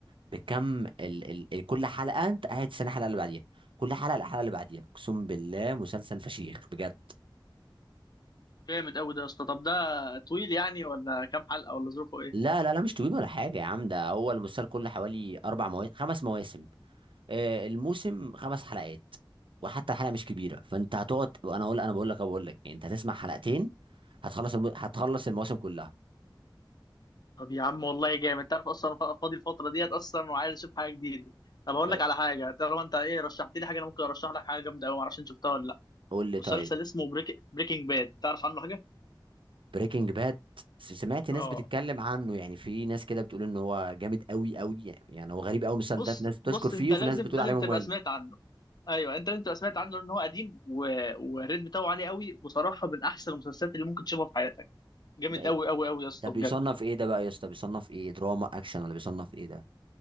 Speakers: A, on the right; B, on the left.
A: بكم ال ال كل حلقه انت قاعد تستنى الحلقه اللي بعديها كل حلقه الحلقه اللي بعديها اقسم بالله مسلسل فشيخ بجد
B: جامد قوي ده يا اسطى طب ده طويل يعني ولا كام حلقة ولا ظروفه ايه
A: لا لا لا مش طويل ولا حاجه يا عم ده هو المسلسل كله حوالي اربع مواسم خمس مواسم آه، الموسم خمس حلقات وحتى الحلقه مش كبيره فانت هتقعد وانا اقول انا بقول لك أنا بقول لك يعني انت هتسمع حلقتين هتخلص الم... هتخلص المواسم كلها
B: طب يا عم والله جامد انت عارف اصلا أنا فاضي الفترة ديت اصلا وعايز اشوف حاجة جديدة طب هقول
A: ب-
B: لك على حاجة طالما انت ايه رشحت لي حاجة انا ممكن ارشح لك حاجة جامدة قوي، معرفش انت شفتها ولا لا.
A: قول لي
B: مسلسل
A: طيب
B: اسمه بريك... بريكنج باد، تعرف عنه حاجة؟
A: بريكنج باد سمعت ناس
B: اه
A: بتتكلم عنه يعني في ناس كده بتقول ان هو جامد قوي قوي يعني, يعني هو غريب قوي المسلسل
B: بص
A: ده في ناس بتشكر
B: بص
A: فيه
B: انت
A: وفي
B: لازم
A: ناس بتقول
B: لازم
A: عليه
B: تبقى
A: ممل
B: سمعت عنه ايوه انت لازم تبقى سمعت عنه لان هو قديم و... والريت بتاعه عالي قوي وصراحه من احسن المسلسلات اللي ممكن تشوفها في حياتك جامد
A: ده ايه
B: قوي قوي قوي يا اسطى
A: ده بيصنف
B: بجد
A: ايه ده بقى يا اسطى بيصنف ايه دراما اكشن ولا بيصنف ايه ده